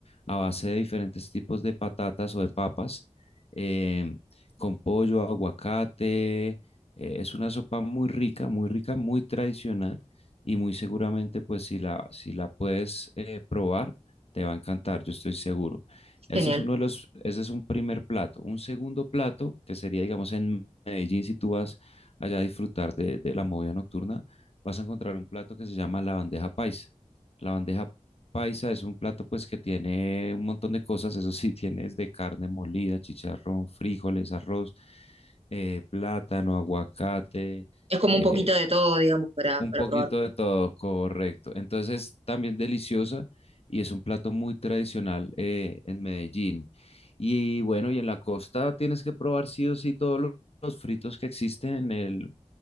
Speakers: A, on the left; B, on the right.
A: a base de diferentes tipos de patatas o de papas, em, con pollo, aguacate. eh, es una sopa muy rica, muy rica, muy tradicional y muy seguramente, pues si la, si la puedes eh, probar, te va a encantar, yo estoy seguro. Ese
B: genial.
A: es uno de los, ese es un primer plato. Un segundo plato, que sería, digamos, en Medellín, si tú vas allá a disfrutar de de la movida nocturna vas a encontrar un plato que se llama la bandeja paisa. La bandeja paisa es un plato pues que tiene un montón de cosas, eso sí, <laughs> tiene desde carne molida, chicharrón, frijoles, arroz, eh, plátano, aguacate,
B: Es como
A: eh,
B: un poquito de todo, digamos, para,
A: un
B: para
A: poquito
B: probar.
A: de todo, correcto. Entonces es también deliciosa y es un plato muy tradicional eh, en Medellín. Y bueno, y en la costa tienes que probar sí o sí todos lo- los fritos que existen en el